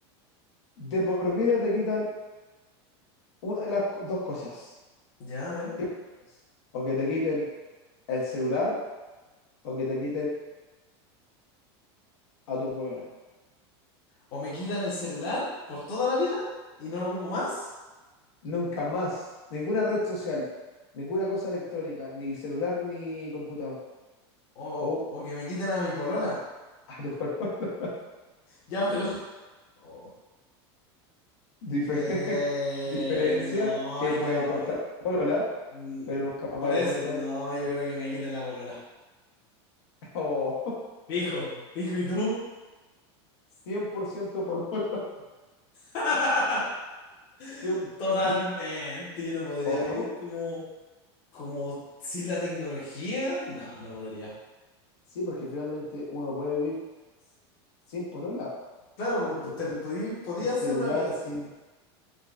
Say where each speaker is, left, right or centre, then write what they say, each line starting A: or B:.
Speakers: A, on the left; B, on the left.
A: De por vida te quitan una de las co- dos cosas.
B: ya, a ver.
A: ¿Qué prefieres? O que te quiten el celular o que te quiten a tu polola.
B: O me quitan el celular por toda la vida y no lo ocupo más.
A: Nunca más, ninguna red social, ninguna cosa electrónica, ni celular ni computador.
B: O,
A: O
B: o que me quiten a mi polola.
A: a tu polola.
B: Ya, pero. <laughs> oh.
A: <laughs> Dife-
B: Eh,
A: <laughs> diferencia
B: no,
A: que
B: yo.
A: pueden contar. polola
B: Mm,
A: pero nunca más
B: Por
A: vaya
B: eso,
A: a poder estar
B: no,
A: en una
B: yo
A: relación.
B: creo
A: <laughs>
B: que me quiten la polola.
A: Oh,
B: Fijo, fijo, ¿y tú?
A: 100% por ciento por hora,
B: <laughs>
A: 100%.
B: Totalmente,
A: <laughs>
B: yo no podría
A: ¿O
B: vivir
A: no?
B: como, como sin la tecnología. No, no podría.
A: Sí, porque finalmente uno puede vivir sin polola, po,
B: Claro,
A: pero
B: po- te-
A: sin,
B: podí- podía
A: sin celular,
B: hacer una vida sin
A: sin,
B: ella,